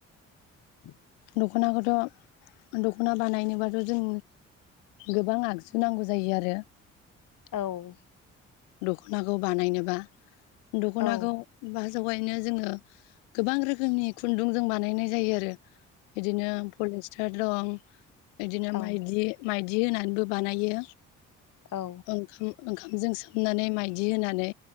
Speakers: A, on the left; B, on the left.
A: <unintelligible>
B: दखनाखौथ' दख'ना बानायनोबाथ' जों गोबां आगजु नांगौ जायो आरो।
A: औ
B: दख'नाखौ बानायनोबा दखनाखौ
A: औ
B: बा जगायनो जोङो गोबां रोखोमनि खुन्दुं जों बानायनाय जायो आरो बिदिनो पलिस्टार दं बिदिनो
A: औ
B: माइदि माइद दि होनानैबो बानायो
A: औ
B: ओंखाम ओंखामजों स होननानै माइदि होनानै